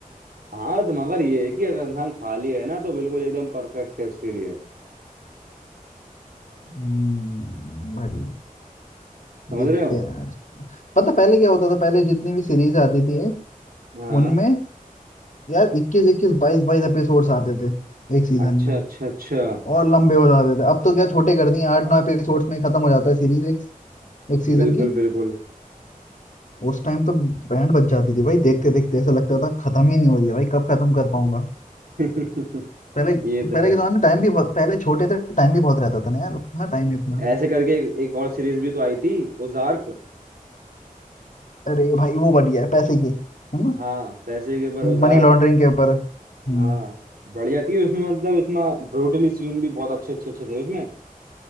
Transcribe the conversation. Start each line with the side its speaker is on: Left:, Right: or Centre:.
Right: हाँ तो मगर ये है कि अगर इंसान खाली है ना तो बिल्कुल एकदम परफेक्ट है उसके लिए
Left: हम्म, भाई
Right: समझ
Left: देखते
Right: रहे हो
Left: हैं यार पता पहले क्या होता था पहले जितनी भी सीरीज आती थी
Right: हाँ
Left: उनमें यार इक्कीस इक्कीस बाईस बाईस एपिसोड्स आते थे एक सीजन
Right: अच्छा
Left: में
Right: अच्छा अच्छा
Left: और लंबे हो जाते थे अब तो क्या छोटे कर दिए आठ नौ एपिसोड्स में खत्म हो जाता है सीरीज एक एक सीजन
Right: बिल्कुल
Left: की
Right: बिल्कुल
Left: उस टाइम तो बैंड बज जाती थी भाई देखते देखते ऐसा लगता था खत्म ही नहीं हो रही है भाई कब खत्म कर पाऊंगा
Right: <laughs>
Left: पहले
Right: ये
Left: पहले
Right: तो है
Left: के जमाने में टाइम भी बहुत पहले छोटे थे टाइम भी बहुत रहता था ना यार हाँ टाइम नहीं इतना
Right: ऐसे करके एक, एक और सीरीज भी तो आई थी ओजार्क
Left: अरे भाई वो बढ़िया है पैसे की है ना
Right: हाँ पैसे के ऊपर ओजार्क
Left: मनी लॉन्ड्रिंग के ऊपर हम्म,
Right: हाँ बढ़िया थी उसमें मतलब इसमें ब्रूटली सीन भी बहुत अच्छे अच्छे अच्छे थे उसमें